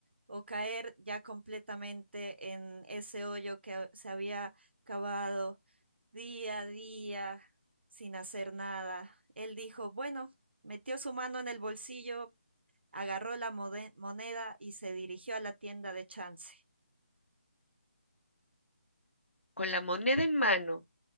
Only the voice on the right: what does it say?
o caer ya completamente en ese hoyo que se había cavado día a día sin hacer nada? Él dijo, bueno, metió su mano en el bolsillo, agarró la moneda y se dirigió a la tienda de chance.